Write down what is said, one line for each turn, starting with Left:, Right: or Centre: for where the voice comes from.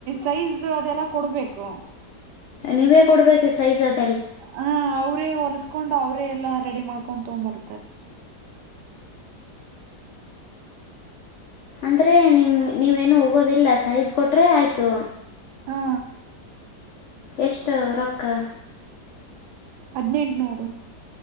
Right: ಸೈಜ್ ಅದೆಲ್ಲ ಕೊಡ್ಬೇಕು
Left: ನೀವೇ ಕೊಡ್ಬೇಕ ಸೈಜ್ ಅ..
Right: ಹ ಅವ್ರೇ ಹೊಲಸ್ಕೊಂಡು ಅವ್ರೇ ಎಲ್ಲಾ ರೆಡಿ ಮಾಡ್ಕೊಂಡ್ ತಗ್ಂಬರ್ತಾರ..
Left: ಅಂದ್ರೆ ನಿಮ ನೀವೇನುೂ ಹೋಗೋದಿಲ್ಲ ಸೈಜ್ ಕೊಟರೆ ಆಯ್ತು..
Right: ಹಾ
Left: ಎಷ್ಟ ರೊಕ್ಕ..
Right: ಹದಿನೆಂಟುನೂರು..